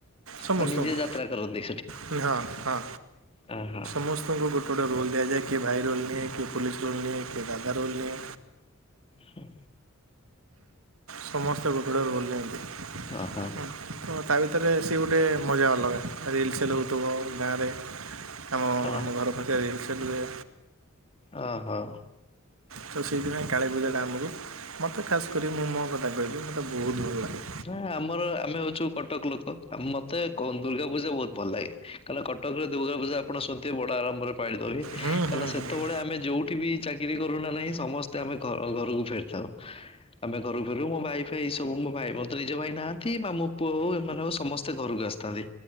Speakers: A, on the right; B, on the left.
A: ସମସ୍ତଙ୍କୁ।
B: ଓ ନିଜେ ଯାତ୍ରା କରନ୍ତି
A: ହୁଁ- ହଁ -ହଁ।
B: ଉଁ -ହଁ।
A: ସମସ୍ତଙ୍କୁ ଗୋଟେ ଗୋଟେ ରୋଲ୍ ଦିଆଯାଏ କିଏ ଭାଇ ରୋଲ୍ ନିଏ କିଏ ପୋଲିସ୍ ରୋଲ୍ ନିଏ କିଏ ଦାଦା ରୋଲ୍ ନିଏ
B: ହୁଁ ହଁ।
A: ସମସ୍ତେ ଗୋଟେ ଗୋଟେ ରୋଲ୍ ନିଅନ୍ତି।
B: ଅ-ହ।
A: ହୁଁ, ତ ତା ଭିତରେ ସିଏ ଗୋଟେ ମଜା ଅଲଗା ରିଲ୍ ସେଲ୍ ହଉଥିବ ଗାଁରେ ଆମ
B: ଅହ
A: -ଆମ ଘର ପାଖେରେ ରିଲ୍ ସେଲ୍ ହୁଏ
B: ଓହୋ।
A: ତ ସେଇଥିପାଇଁ କାଳୀପୂଜା ଟା ଆମକୁ ମତେ ଖାସ୍ କରି ମୁଁ ମୋ କଥା କହିବି ମତେ ବହୁତ୍ ଭଲ୍ ଲାଗେ।
B: ଯାହା ଆମର- ଆମେ ହଉଚୁ କଟକ୍ ଲୋକ ଆ- ମତେ କନ୍ତ୍ ଦୁର୍ଗାପୂଜା ବହୁତ୍ ଭଲ୍ ଲାଗେ କାରଣ କଟକ୍ ର ଦୁର୍ଗାପୂଜା ଆପଣ ଶୁଣିଥିବେ ବଡ଼ ଆଡମ୍ବରେ ପାଳିତ ହୁଏ।
A: ହୁଁ
B: କାରଣ
A: ହୁଁ
B: ସେତେବେଳେ
A: ହୁଁ ହୁଁ
B: ଆମେ ଯଉଠି ବି ଚାକିରି କରୁନା ନାହିଁ ସମସ୍ତେ ଆମେ ଘ-ଘରୁକୁ ଫେରିଥାଉ। ହ। ଆମେ ଘରୁକୁ ଫେରୁୁ ମୋ ଭାଇ ଫାଇ ଏଇ ସବୁ ମୋ ଭାଇ ମୋ ତ ନିଜ ଭାଇ ନାହାନ୍ତି ମାମୁଁ ପୁଅ ହଉ ଏମାନେ ହଉ ସମସ୍ତେ ଘରକୁ ଆସ୍ ଥାନ୍ତି।